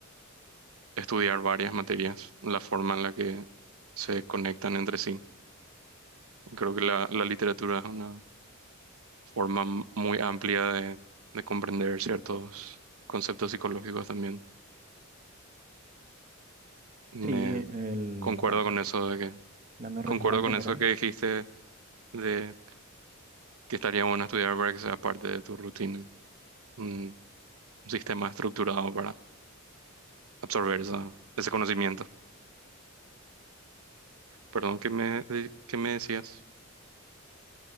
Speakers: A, on the right (about 80°); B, on the right (about 40°).
A: estudiar varias materias, la forma en la que se conectan entre sí. Creo que la, la literatura es una forma m- muy amplia de, de comprender ciertos conceptos psicológicos también. Me
B: Sí, el,
A: concuerdo con eso de que,
B: la narrativa
A: concuerdo
B: en
A: con
B: general,
A: eso que dijiste de que estaría bueno estudiar para que sea parte de tu rutina, un sistema estructurado absorber esa- ese conocimiento. Perdón, ¿qué me, de- qué me decías?